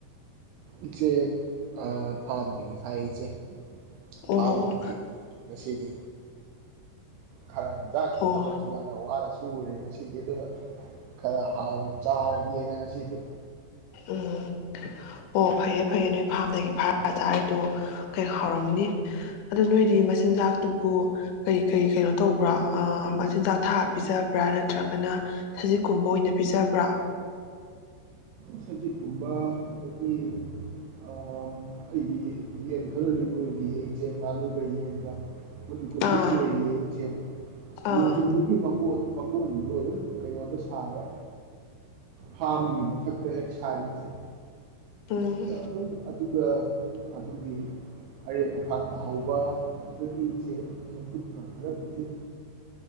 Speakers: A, on the right; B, on the left.
A: ꯏꯆꯦ ꯑ ꯐꯥꯝꯗꯒꯤ ꯐꯥꯢ ꯏꯆꯦ
B: ꯑꯣ
A: ꯐꯥꯝꯗꯒꯤ ꯉꯁꯤꯗꯤ ꯈꯔ ꯏꯟꯖꯥꯡ
B: ꯑꯣ
A: ꯊꯕꯛ ꯋꯥꯔ ꯋꯥꯔ ꯁꯨꯔꯨꯔꯦ ꯉꯁꯤꯗꯤ ꯑꯗꯨꯅ ꯈꯔ ꯍꯥꯎꯅ ꯆꯥꯔꯒꯦꯅ ꯉꯁꯤꯗꯤ
B: ꯎꯝ꯫ ꯑꯣ ꯐꯩꯌꯦ ꯐꯩꯌꯦ ꯅꯣꯏ ꯐꯥꯝꯗꯒꯤ ꯐꯥꯔ ꯆꯥꯔꯤꯗꯣ ꯀꯩ ꯍꯥꯎꯔꯝꯅꯤ꯫ ꯑꯗꯨ ꯅꯣꯏꯗꯤ ꯃꯆꯤꯟꯖꯥꯛꯇꯨꯕꯨ ꯀꯩ ꯀꯩ ꯀꯩꯅꯣ ꯇꯧꯕ꯭ꯔꯥ ꯑ ꯃꯆꯤꯟꯖꯥꯛ ꯊꯥꯛꯑ ꯄꯤꯖꯕ꯭ꯔꯥ ꯅꯠꯇ꯭ꯔꯒꯅ ꯁꯖꯤꯛꯀꯨꯝꯕ ꯑꯣꯏꯅ ꯄꯤꯖꯕ꯭ꯔꯥ꯫
A: ꯁꯖꯤꯠꯀꯨꯝꯕ ꯑꯗꯒꯤ ꯑꯩꯒꯤ ꯌꯦꯟ ꯈꯜꯂꯁꯨ ꯂꯣꯏꯔꯤꯌꯦ ꯏꯆꯦ ꯉꯥꯅꯨꯒ ꯌꯦꯟꯒ ꯨꯃꯨꯛ
B: ꯑꯥ
A: ꯂꯣꯏꯔꯤꯌꯦ ꯏꯆꯦ
B: ꯑꯥ
A: ꯌꯦꯟꯖꯤꯡꯗꯨꯒꯤ ꯃꯀꯣꯟ ꯃꯀꯣꯟꯗꯣ ꯀꯩꯅꯣꯗ ꯁꯥꯕ ꯐꯥꯝꯗꯨꯒꯤꯗ ꯛꯇ ꯍꯦꯛ ꯁꯥꯏꯔꯤꯁꯦ
B: ꯎꯝ
A: ꯑꯗꯨꯅ ꯑꯗꯨꯝ ꯑꯗꯨꯒ ꯑꯗꯨꯒꯤ ꯑꯩꯅ ꯃꯈꯥꯛ ꯇꯥꯍꯧꯕ ꯑꯗꯨꯗꯒꯤ ꯏꯆꯦ ꯆꯦꯡꯀꯨꯠꯀ ꯈꯔ ꯄꯤꯖꯩ